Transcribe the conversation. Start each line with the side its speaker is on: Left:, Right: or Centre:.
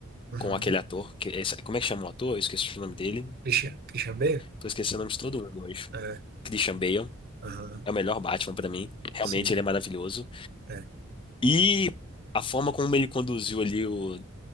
Right: Uhum.
Left: com aquele ator. Que, esse- como é que chama o ator? Eu esqueci o nome dele.
Right: Christian, Christian Bale?
Left: Tô esquecendo o nome de todo mundo hoje.
Right: É,
Left: Christian Bale
Right: aham,
Left: é o melhor Batman pra mim. Realmente,
Right: sim.
Left: ele é maravilhoso.
Right: É.
Left: E a forma como ele conduziu ali o-